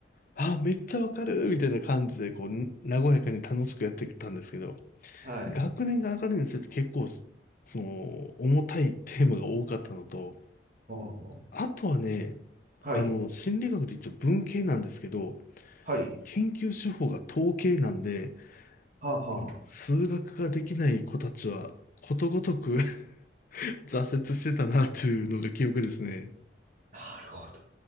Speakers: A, on the left; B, on the right.
A: あ、めっちゃわかるみたいな感じで、こう、に和やかに楽しくやってきたんですけど、
B: はい。
A: 学年が上がるにつれて結構、その、重たいテーマが多かったのと、
B: は
A: あとはね、
B: あ。はい。
A: あの、心理学って一応文系なんですけど、
B: はい。
A: 研究手法が統計なんで、
B: はあ、は
A: もう数学ができない子たちは、ことごとく <laughs> 挫折してたなというのが記憶ですね。
B: あ。なるほど。